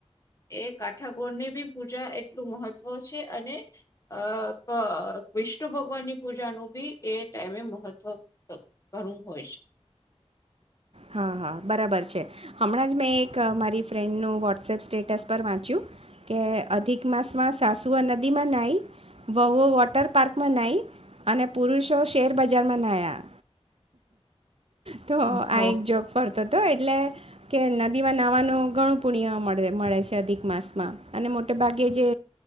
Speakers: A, on the left; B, on the right.
A: એ કાઠાકોરની બી પૂજા એટલું મહત્ત્વ છે અને અ પ વિષ્ણુ ભગવાનની પૂજાનું બી એ ટાઈમે મહત્વ ક ઘણુ હોય છે.
B: હા હા બરાબર છે. હમણાં જ મેં એક મારી ફ્રેન્ડનું વોટ્સએપ સ્ટેટસ પર વાંચ્યું કે અધિક માસમાં સાસુઓ નદીમાં નાઈ, વહુઓ વોટર પાર્કમાં નાઈ અને પુરુષો શેર બજારમાં નાયા. તો
A: ઓહો
B: આ એક ફરતો હતો એટલે કે નદીમાં નાહવાનું ઘણું પુણ્ય મળે મળે છે અધિક માસમાં અને મોટે ભાગે જે